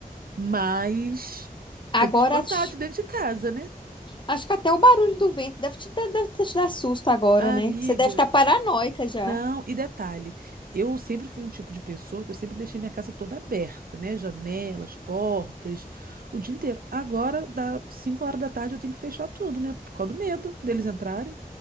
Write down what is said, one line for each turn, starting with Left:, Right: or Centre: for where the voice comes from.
Right: Mas
Left: Agora,
Right: tem que espantar
Left: acho
Right: de dentro de casa, né?
Left: acho que até o barulho do vento deve te dar, deve te dar susto agora,
Right: Amiga,
Left: né? Você deve estar paranoica já.
Right: Não, e detalhe, eu sempre fui um tipo de pessoa que eu sempre deixei minha casa toda aberta, né? Janelas, portas, o dia inteiro. Agora, dá 5 horas da tarde, eu tenho que fechar tudo, né? Por causa do medo deles entrarem.